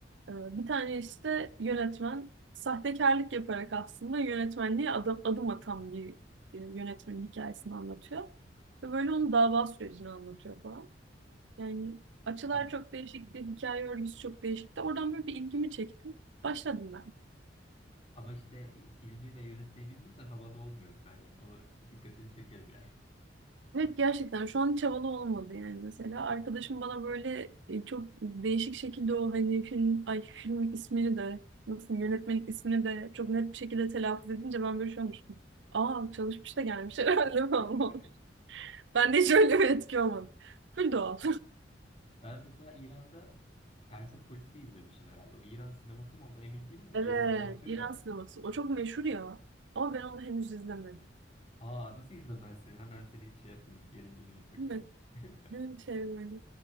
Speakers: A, on the right; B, on the left.
A: Ee, bir tane işte yönetmen sahtekarlık yaparak aslında yönetmenliğe adım, adım atan bir e, yönetmenin hikayesini anlatıyor. Ve böyle onun dava sürecini anlatıyor falan. Yani açılar
B: Am-
A: çok değişikti, hikaye örgüsü çok değişikti. Oradan böyle bir ilgimi çekti. Başladım ben.
B: Ama işte filmi ve yönetmeyi bilmiyorsan havalı olmuyor Meryem. Onu dikkatini çekerim yani.
A: Evet gerçekten şu an hiç havalı olmadı yani mesela arkadaşım bana böyle e, çok değişik şekilde o hani film ay filmin ismini de nasıl yönetmenin ismini de çok net bir şekilde telaffuz edince ben böyle şey olmuştum. Aa çalışmış da gelmiş herhalde falan.
B: <laughs>
A: <laughs> Ben de hiç öyle bir etki olmadı. Full doğal.
B: Ben mesela İran'da Persepolis'i izlemiştim herhalde. O İran sineması mı o da emin değilim de
A: Evet
B: İran'ı anlatıyor
A: İran
B: ya.
A: sineması o çok meşhur ya ama ben onu henüz izlemedim.
B: Aa nasıl izlemezsin? Hemen seni şey yapayım. Yerin dibine sokayım.
A: Değil mi?
B: <laughs>
A: Dün şey böyle.